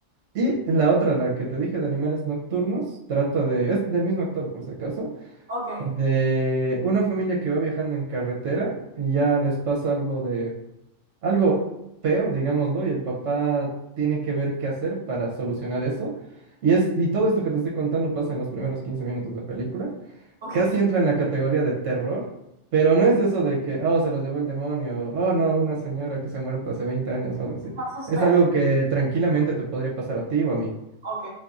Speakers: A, on the right; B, on the right.
A: Y la otra, la que te dije de animales nocturnos, trata de, es del mismo actor por si acaso,
B: Ok,
A: de una familia que va viajando en carretera y ya les pasa algo de, algo feo, digámoslo, y el papá tiene que ver qué hacer para solucionar eso. Y es, y todo esto que te estoy contando pasa en los primeros 15 minutos de película.
B: ok,
A: Casi entra en la categoría de terror, pero no es eso de que, oh, se los llevó el demonio, oh, no, una señora que se ha muerto hace 20 años o algo
B: <laughs>
A: así.
B: más suspenso.
A: Es algo que tranquilamente te podría pasar a ti o a mí.
B: Ok,